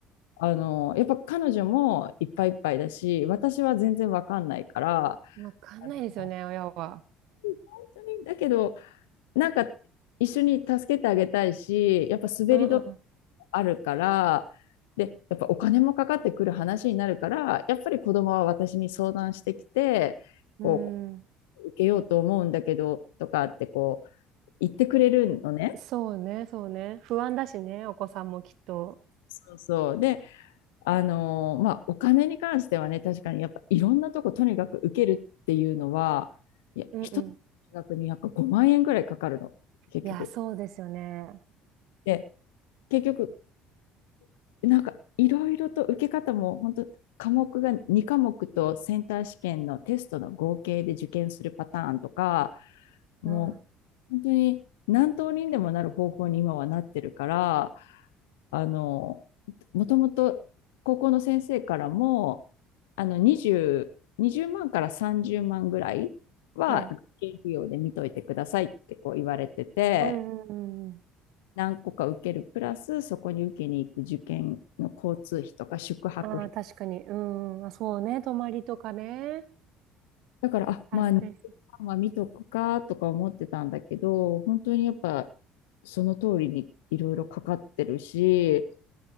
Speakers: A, on the left; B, on the right.
A: あの、やっぱ彼女もいっぱいいっぱいだし、私は全然わかんないから、
B: あ、わかんないですよね、
A: あの
B: 親は。
A: 本当に、だけど、なんか一緒に助けてあげたいし、やっぱ滑り止め
B: うん
A: あるから、で、やっぱお金もかかってくる話になるから、やっぱり子供は私に相談してきて、
B: うん。
A: こ
B: うん。
A: う、受けようと思うんだけど、とかってこう、言ってくれるのね。
B: そうね、そうね。不安だしね、お子さんもきっと。
A: そうそう。で、あのーまあ、お金に関してはね、確かにやっぱいろんなとことにかく受けるっていうのは、いや、
B: うんうん。
A: 一つの大学にやっぱ5万円ぐらいかかるの、結局。
B: いや、そうですよね。
A: で、結局、なんかいろいろと受け方も本当科目が2科目とセンター試験のテストの合計で受験するパターンとかも
B: あ
A: う本当に何通りにでもなる方法に今はなってるからあのもともと高校の先生からもあの 20, 20万から30万ぐらいは受験費用で見といてくださいってこう言われてて
B: あ、はい。うんうんうん
A: 何個か受けるプラスそこに受けに行く受験の交通費とか宿泊費
B: ああ、確かに。うん。あ、そうね。泊まりとかね。
A: だからあまあ2万は見とくかとか思ってたんだけど本当にやっぱ
B: 発生する。
A: その通りにいろいろかかってるし